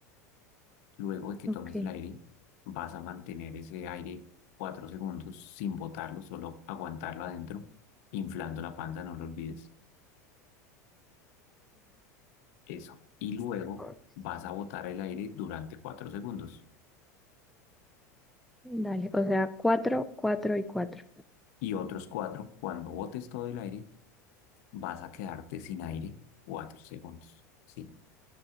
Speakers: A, on the left (about 65°); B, in the centre.
A: Luego de que
B: Ok,
A: tomes el aire, vas a mantener ese aire cuatro segundos sin botarlo, solo aguantarlo adentro, inflando la panza, no lo olvides. Eso. Y luego
B: ok.
A: vas a botar el aire durante cuatro segundos.
B: Dale, o sea, cuatro, cuatro y cuatro.
A: Y otros cuatro, cuando botes todo el aire, vas a quedarte sin aire cuatro segundos, ¿sí?